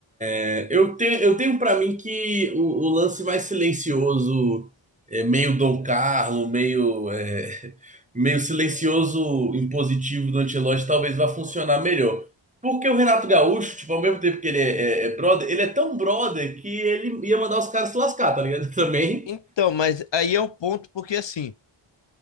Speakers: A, on the right; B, on the left.
A: É, Eu tenho, eu tenho para mim que o, o lance mais silencioso, é, meio Dom Carlo, meio, é, <laughs> meio silencioso impositivo do Ancelotti, talvez vá funcionar melhor. Porque o Renato Gaúcho, tipo, ao mesmo tempo que ele é, é- é brother, ele é tão brother que ele ia mandar os caras se lascar, tá ligado? <laughs> Também.
B: Então, mas aí é o ponto, porque assim,